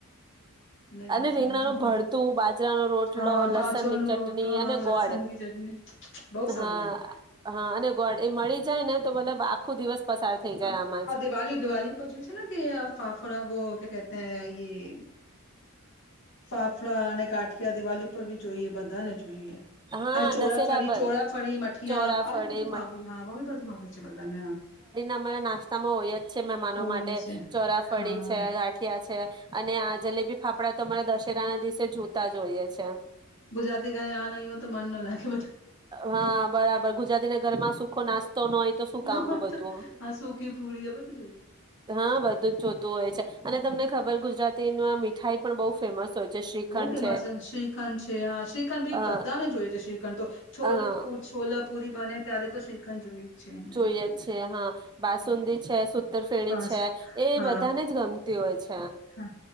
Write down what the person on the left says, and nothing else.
નહી નહી
સારું
છે સારું
છે.
હા બાચો
નો
રોટલો હા
લસણ
કી ચટણી બહુ સારું
લાગે
હા
હા
દિવાલી દિવાલી ઉપર જોયું છે ને કે <unintelligible> ફાફડા વો ક્યા કહતે હૈ યે ફાફડાા અને ગાઠિયા દિવાલી પર ભી જોઈએ બધા ને જોઈએ
અને ચોરાફરી
ચોરાફરી મઠીયા
આવી બધું ભાવે હ બધું ભાવે છે બધાને હા
હોય
છે
હા
ગુજરાતી ઘરે આ નહી હો તો મન ન લાગ બ
હોય
તો હા સૂકી પૂરી એ બધું જોઈએ.
બહુ ફેમસ છે શ્રીખંડ છે હા શ્રીખંડ ભી
બધાને જોઈએ છે શ્રીખંડ તો છોલ
પૂ છોલાપૂરી બને ત્યારે તો શ્રીખંડ જોઈએ છે એમને
બધાને
હમ્મ,
બસ
હા
હા